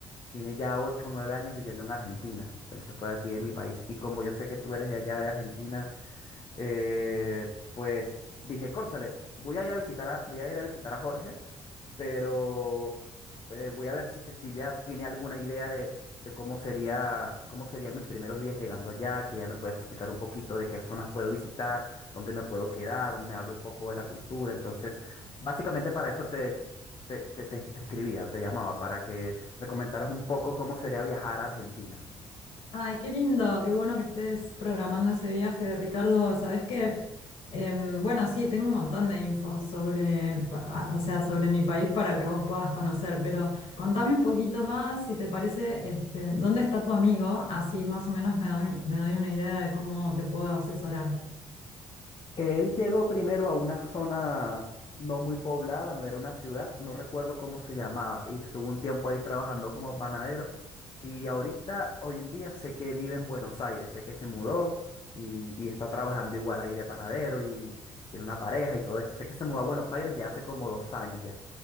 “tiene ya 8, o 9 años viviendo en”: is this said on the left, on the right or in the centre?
Left